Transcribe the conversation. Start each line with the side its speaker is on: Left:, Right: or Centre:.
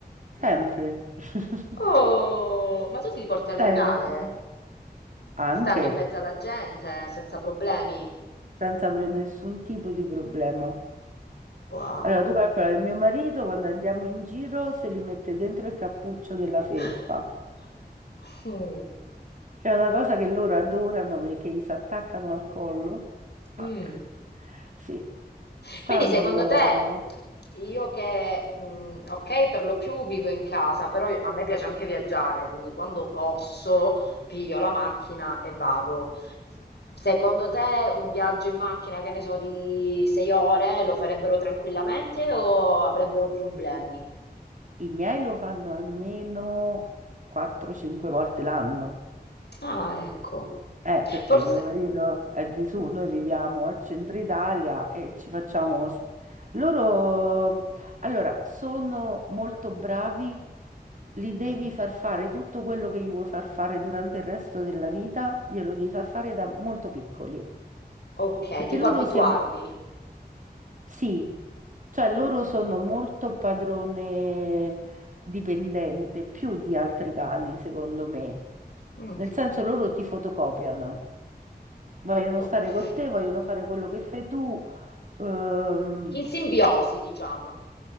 Right: sempre, <laughs>
Left: Oh, ma tu te li porti al
Right: sempre,
Left: locale?
Right: anche
Left: Stanno in mezzo alla gente, senza problemi.
Right: senza avere nessun tipo di problema.
Left: Wow.
Right: Allora, tu calcola che mio marito quando andiamo in giro se li mette dentro il cappuccio della felpa,
Left: <laughs> Mm.
Right: che è una cosa che loro adorano perché gli si attaccano al collo. Tac.
Left: Mm.
Right: Sì, stanno
Left: Quindi secondo
Right: co-
Left: Quindi, te, io che, mh, ok, per lo più vivo in casa, però io- a me piace anche viaggiare, quindi quando posso piglio la macchina e vado. Secondo te un viaggio in macchina, che ne so, di sei ore lo farebbero tranquillamente o avrebbero problemi?
Right: I miei lo fanno almeno 4-5 volte l'anno.
Left: Ah, ecco.
Right: Eh, perché
Left: Forse...
Right: mio marito è di su,
Left: Mm.
Right: noi viviamo al centro Italia e ci facciamo... s- Loro, allora, sono molto bravi, li devi
Left: Mm.
Right: far fare tutto quello che gli vuoi far fare durante il resto della vita, glielo devi far fare da molto piccoli,
Left: Ok,
Right: perché
Left: tipo
Right: loro
Left: abituarli.
Right: si... ab- Sì, cioè loro sono molto padrone dipendente, più di altri cani, secondo me.
Left: Mm.
Right: Nel senso loro ti fotocopiano, vogliono
Left: Ok.
Right: stare con te, vogliono fare quello che fai tu. Ehm,
Left: In simbiosi, diciamo.